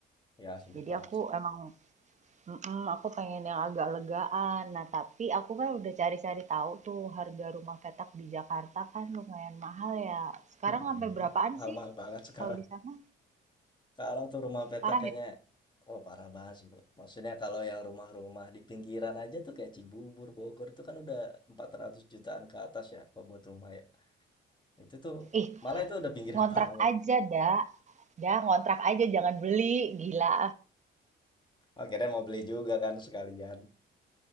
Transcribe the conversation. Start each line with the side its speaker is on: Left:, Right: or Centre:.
Left: Ya sulit
Right: Jadi
Left: banget
Right: aku
Left: sih.
Right: emang mhm, aku pengen yang agak legaan. Nah, tapi aku kan udah cari-cari tahu tuh harga rumah petak di Jakarta kan lumayan mahal ya. Sekarang
Left: <laughs>
Right: sampai berapaan
Left: Mahal-mahal
Right: sih
Left: banget sekarang.
Right: kalau di sana?
Left: Sekarang tuh rumah petak
Right: Parah
Left: kayaknya,
Right: ya?
Left: oh parah banget sih. Mi. Maksudnya kalau yang rumah-rumah di pinggiran aja tuh kayak Cibubur, Bogor itu kan udah 400 jutaan ke atas ya kalau buat rumah ya. Itu tuh
Right: Ih,
Left: malah itu udah pinggiran
Right: ngontrak
Left: <laughs> banget.
Right: aja dah. Dah, ngontrak aja jangan beli, gila.
Left: Akhirnya mau beli juga kan sekalian.